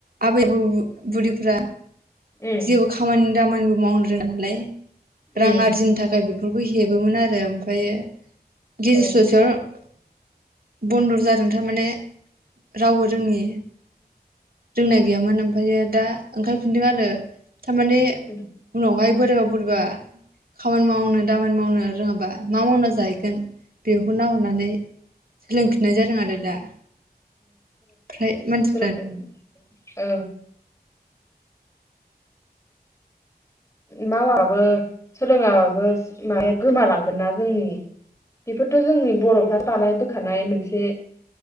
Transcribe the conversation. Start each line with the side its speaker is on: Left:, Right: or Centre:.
Right: आबै बु-बु-बुरिफ्रा
Left: उम
Right: जेबो खामानि दामानिबो मावनो रोंडानालाय रां
Left: उम
Right: आरजिनो थाखाय बे बेफोरखौ हेबोमोन आरो ओमफायो
Left: ओं
Right: <unintelligible> बन्दर जादों थारमाने रावबो रोङि रोंनाय गैयामोन ओमफायो दा ओंखारफिनदों आरो थारमाने
Left: उम
Right: उनावहाय बोराया बुरैबा खामानि मावनो दामानि मावनो रोङाबा मा मावना जाहैगोन बे उनाव नुनानानै सोलोंफिननाय जादों आरो दा ओमफ्राय मानसि
Left: <unintelligible> औ मावाबो सोलोङाबाबो माने गोमालांगोना जोंनि बेफोरथ' जोंनि बर'फ्रा बानाय बोखानाय मोनसे